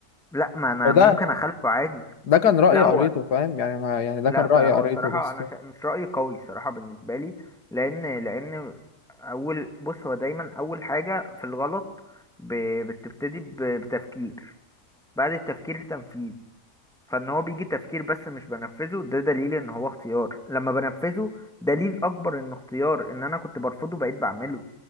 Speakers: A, in the centre; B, on the left.
A: لا ما انا
B: وده
A: ممكن اخالفه عادي
B: ده كان رأي
A: لا
B: قريته
A: هو
B: فاهم يعني ما يعني ده
A: لا
B: كان
A: بقى
B: رأي قريته
A: هو صراحة
B: بس
A: انا شا... مش رأيي قوي الصراحة بالنسبة لي لان لان اول بص هو دايما اول حاجة في الغلط ب... بتبتدي ب... بتفكير بعد التفكير تنفيذ فان هو بيجي تفكير بس مش بنفذه ده دليل ان هو اختيار لما بنفذه دليل اكبر انه اختيار ان انا كنت برفضه بقيت بعمله